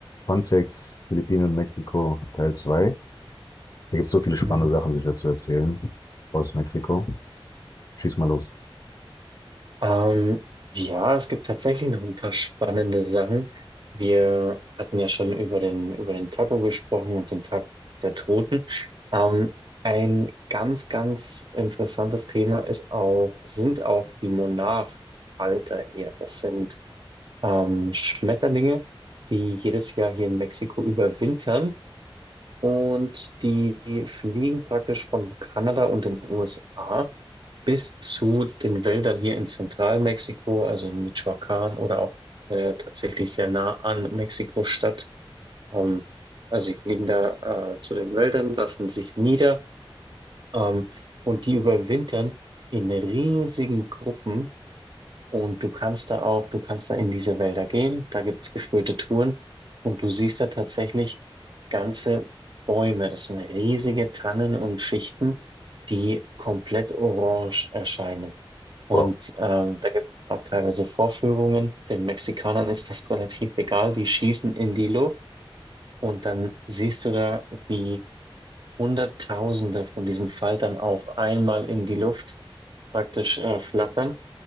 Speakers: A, on the left; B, on the right.
A: Fun Facts, Philippinen und Mexiko, Teil 2. Da gibt es so viele spannende
B: Hm.
A: Sachen sicher zu erzählen aus Mexiko. Schieß mal los.
B: Ähm, ja, es gibt tatsächlich noch ein paar spannende Sachen. Wir hatten ja schon über den, über den Taco gesprochen und den Tag der Toten. Ähm, ein ganz, ganz interessantes Thema ist auch, sind auch die Monarchalter hier. Das sind ähm, Schmetterlinge, die jedes Jahr hier in Mexiko überwintern. Und die fliegen praktisch von Kanada und den USA bis zu den Wäldern hier in Zentralmexiko, also in Michoacán oder auch äh, tatsächlich sehr nah an Mexiko-Stadt. Ähm, also sie fliegen da äh, zu den Wäldern, lassen sich nieder ähm, und die überwintern in riesigen Gruppen und du kannst da auch, du kannst da in diese Wälder gehen, da gibt's geführte Touren und du siehst da tatsächlich ganze Bäume. Das sind riesige Tannen und Fichten, die komplett orange erscheinen. Und
A: Wow.
B: ähm, da gibt's auch teilweise Vorführungen. Den Mexikanern ist das relativ egal, die schießen in die Luft und dann siehst du da, wie Hunderttausende von diesen Faltern auf einmal in die Luft praktisch äh, flattern.